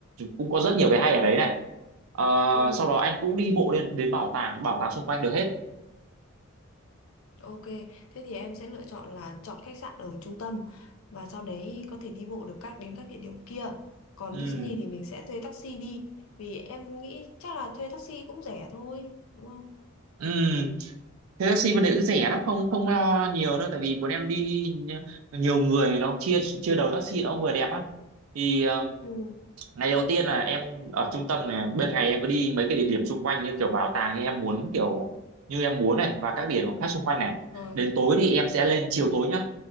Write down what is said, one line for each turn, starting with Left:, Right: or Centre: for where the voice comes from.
Right: cũng có rất nhiều cái hay ở đấy này Ờ,
Left: Ừ,
Right: sau đó anh cũng đi bộ lên đến bảo tàng bảo tàng xung quanh được hết
Left: ok. Thế thì em sẽ lựa chọn là chọn khách sạn ở trung tâm và sau đấy có thể đi bộ được các đến các địa điểm kia. Còn
Right: ừ
Left: Disney thì mình sẽ thuê taxi đi vì em nghĩ chắc là thuê taxi cũng rẻ thôi, đúng không?
Right: ừ thế taxi bên đấy cũng rẻ lắm không không lo nhiều đâu tại vì bọn em đi nhi- nhiều người nó chia chia đầu taxi nó cũng vừa đẹp á thì ờ,
Left: Ừ.
Right: ngày đầu tiên là em ở trung tâm này bên ngày em có đi mấy cái địa điểm xung quanh như kiểu bảo tàng như em muốn kiểu như em muốn này và các địa điểm khác xung quanh này
Left: Rồi,
Right: đến tối thì em sẽ lên chiều tối nhá